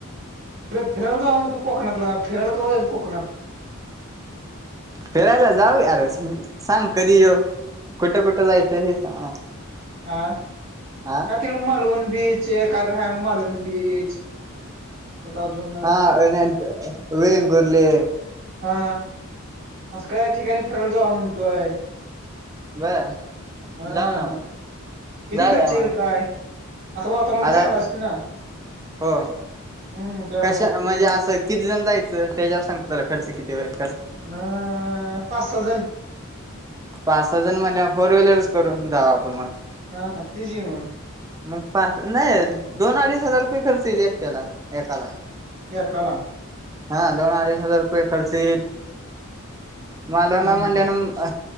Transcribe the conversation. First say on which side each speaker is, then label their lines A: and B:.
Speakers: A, on the right (about 45°); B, on the right (about 15°).
A: कुठे फिरायला जा मग तू लगा, हम्म कोकणातला फिरायला कव्हा यायचं मग कोकणत
B: फिरायला जाऊया अरे सांग कधी येऊ, कुठं- कुठं जायचं हे सांग?
A: हा,
B: हा
A: का तिकड मलंवन बीच, हे काय तर हाये मंलवन बीच प्रताप जून
B: हा वेंनेन वेंगुरले
A: हा असं काय ठिकाणी फिरायला जाव म्हणतोय.
B: बर
A: हा
B: जाऊ ना मग
A: किती
B: जाऊया
A: खर्च
B: मग
A: येईल काय? आता वातावरण मी
B: आता
A: चांगलं असल ना.
B: हो
A: हम्म त्यामुळं
B: कशा म्हणजे असं. किती जण जायचं त्याच्यावर सांगतोला खर्च किती व्हायले
A: अह पाच, सहा जन
B: पाच सहाजन म्हणल्यावर फोर व्हीलरच करू जाऊ आपण मग
A: हा तीच आहे मग
B: मग पाच नाही दोन अडीच हजार रुपये खर्च येईल एकट्याला एकाला
A: ऐकाला
B: हा दोन अडीच हजार रुपये खर्च येईल. मलवणा
A: हम्म
B: मलण अ